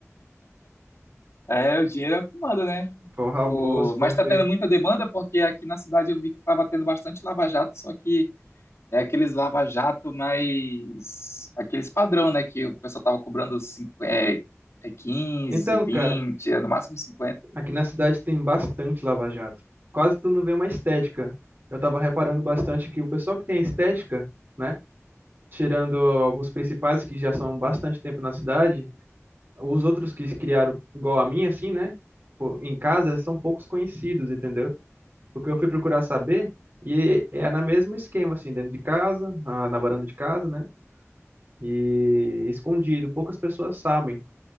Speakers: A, on the left (about 65°); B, on the right (about 45°).
A: É, o dinheiro é o que manda, né?
B: Forrar
A: O...
B: o bolso, porque.
A: Mas tá tendo muita demanda, porque aqui na cidade eu vi que tava tendo bastante lava-jato, só que É aqueles lava-jato mais. Aqueles padrão, né? Que o pessoal tava cobrando cinco, é, é 15,
B: Então,
A: 20,
B: cara,
A: é no máximo cinquenta
B: aqui na cidade tem bastante lava-jato. Quase tu não vê uma estética. Eu tava reparando bastante que o pessoal que tem estética. né? tirando alguns principais que já são bastante tempo na cidade, os outros que se criaram igual a mim, assim, né? pô, Em casa são poucos conhecidos, entendeu? Porque eu fui procurar saber e é no mesmo esquema, assim, dentro de casa, na, na varanda de casa, né? E escondido, poucas pessoas sabem.